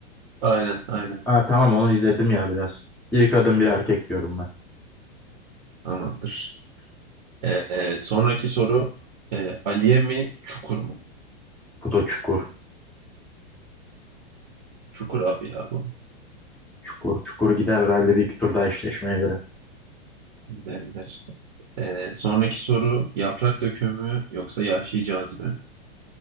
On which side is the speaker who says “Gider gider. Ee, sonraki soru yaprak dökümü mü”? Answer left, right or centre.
Right